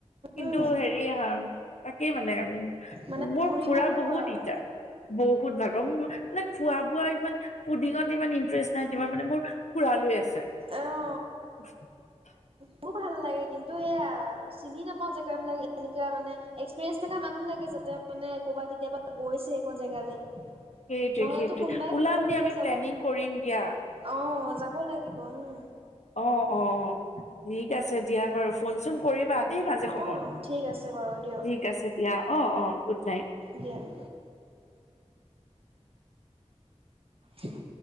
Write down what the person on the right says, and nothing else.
উম,
মানে
ফুৰি
ভাল পোৱা
আৰু।
আহ <unintelligible>
মোৰ ভাল লাগে। কিন্তু সেয়া চিনি নাপাও জেগ বিলাক এনেকুৱা মানে এক্সপিৰিয়েঞ্চ থকা মানুহ লাগে যাতে মানে। ক'ৰবাত কেতিয়াবা গৈছে এইখন জেগালে।
নহ'লেতো কোনোবাই
ক'বালৈ
লৈ
যাবগে।
অ, যাব লাগিব উম,
অ ঠিক আছে বাৰু দিয়ক
দিয়া। িক <unintelligible>